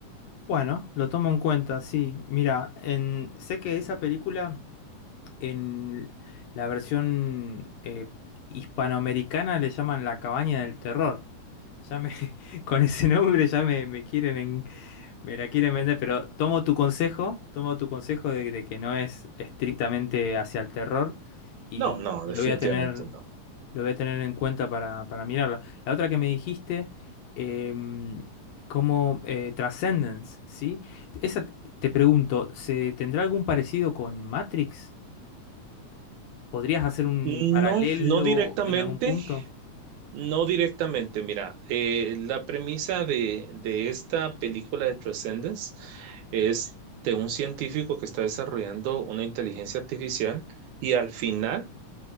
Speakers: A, on the left (about 75°); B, on the right (about 80°).
A: Bueno, lo tomo en cuenta, sí. Mira, en... sé que esa película. En la versión eh, hispanoamericana le llaman La Cabaña del Terror. Ya me, <laughs> con ese nombre ya me, me quieren en- me la quieren vender, pero tomo tu consejo, tomo tu consejo de, de que no es estrictamente hacia el terror y,
B: No, no,
A: y
B: definitivamente
A: lo voy a tener,
B: no.
A: lo voy a tener en cuenta para, para mirarla. La otra que me dijiste, em, como eh, Transcendence, ¿sí? Esa, t- te pregunto, ¿se tendrá algún parecido con Matrix? ¿Podrías hacer un
B: No,
A: paralelo
B: no directamente,
A: en algún punto?
B: no directamente. Mira, eh, la premisa de, de esta película de Transcendence es de un científico que está desarrollando una inteligencia artificial y al final